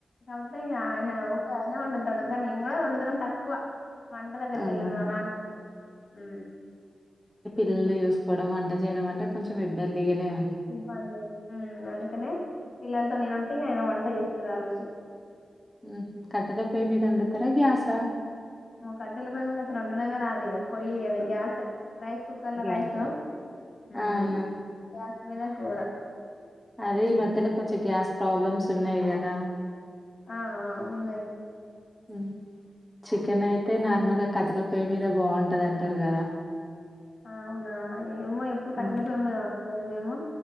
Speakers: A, on the left; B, in the centre.
A: కాకపోతే ఇక ఆయన అయినా వండుతాడు నేను గాని వండుతా కానీ తక్కువ వంట దగ్గరకి
B: అవునా
A: వెళ్ళను నాను వచ్చి ఉ
B: పిల్లలు చూసుకోవడం వంట చేయడం అంటే కొంచెం ఇబ్బందిగనే
A: మ్మ్ అందుకనే పిల్లలతో నేనుంటే ఆయన వంట చేస్తారు ఆ రోజు
B: మ్మ్ హ్మ్ కట్ట కట్టయమీద వండుతారా గ్యాస
A: మా కట్టెల పోయ్యి మీద అసలు వండుండమే రాదు ఇగ పొయ్యి అది గ్యాసే రైస్ కుక్కర్ల
B: గ్యాస్.
A: రైస్ మ్మ్
B: అవును.
A: గ్యాస్ మీద కూర
B: అదే ఈ మధ్యలో కొంచెం గ్యాస్ ప్రాబ్లమ్స్ ఉన్నాయి కదా
A: ఆ ఆ ఉన్నయి
B: హ్మ్ చికెన్ అయితే నార్మల్ గా కట్టెల పొయ్యి మీద బాగుంటది అంటారు కదా
A: అవునా ఏమో ఎప్పుడు కట్టెల
B: ఆ!
A: పోయ్యి మీద వండలేదు మేము